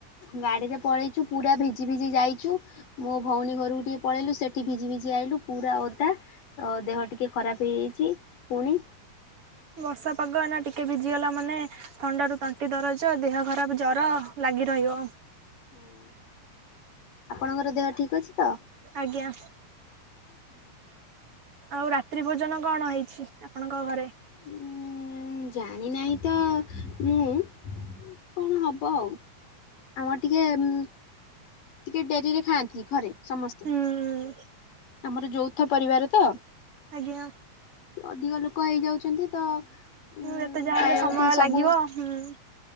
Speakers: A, on the left; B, on the right.
A: ଗାଡିରେ ପଳେଇଛୁ ପୁରା ଭି ଭିଜି ଭିଜି ଯାଇଛୁ ମୋ ଭଉଣୀ ଘରକୁ ଟିକେ ପଳେଇଲୁ। ସେଠି ଭିଜି ଭିଜି ଆଇଲୁ, ପୁରା ଓଦା ତ, ଦେହ ଟିକେ ଖରାପ ହେଇଯାଇଛି, ପୁଣି
B: ବର୍ଷା ପାଗ, ଏଇନା ଟିକେ ଭିଜିଗଲା ମାନେ ଥଣ୍ଡା ରୁ ତଣ୍ଟି ଦରଜ, ଦେହ ଖରାପ ଜର, ଲାଗି ରହିବ।
A: ହୁଁ। ଆପଣଙ୍କର ଦେହ ଠିକ୍ ଅଛି ତ?
B: ଆଜ୍ଞା।
A: ଉଁ, ହୁଁ।
B: ଆଉ ରାତ୍ରି ଭୋଜନ କଣ ହେଇଛି, ଆପଣଙ୍କ ଘରେ?
A: ଉଁ-ଉଁ ଜାଣି ନାହିଁ ତ, ମୁଁ! କଣ ହବ ଆଉ? ଆମର ଟିକେ ଉମ୍ ଟିକେ ଡେରିରେ ଖାଆନ୍ତି, ଘରେ ସମସ୍ତେ।
B: ହୁଁଁ, ଉଁ
A: ଯ-ଯୌଥ ପରିବାର ତ?
B: ଆଜ୍ଞା।
A: ଅଧିକ ଲୋକ ହେଇଯାଉଛନ୍ତି ତ,
B: ହୁଁ
A: ଉଁ-ଉ
B: ଯେତେ ଯାହାହେଲେ
A: ଖାଇବା
B: ସମୟ
A: କୁ ଟିକେ ସବୁ
B: ଲାଗିବ ହୁଁ।